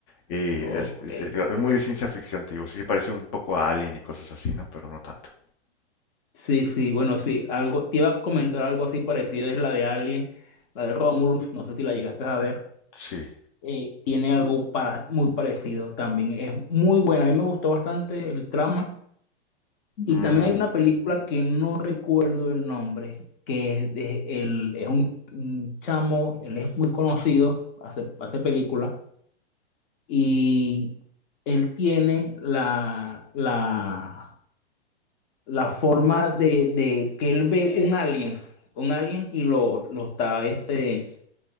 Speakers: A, on the left; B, on the left.
A: Y
B: Ok.
A: es, es- es muy de ciencia ficción, te digo. Sí, se parece un poco a Alien y cosas así, ¿no? Pero no tanto.
B: Sí, sí, bueno, sí. Algo, te iba a comentar algo así parecido, es la de Alien, la de Romulus, no sé si la llegaste a ver.
A: Sí.
B: Eh, tiene algo para, muy parecido también. Es muy buena. A mí me gustó bastante el trama. Y
A: Mm,
B: también hay una película que no recuerdo el nombre, que es, de- el, es un, un chamo, él es muy conocido, hace, hace películas, y él tiene la, la, la forma de, de que él ve un alien, un alien y lo, lo está, este,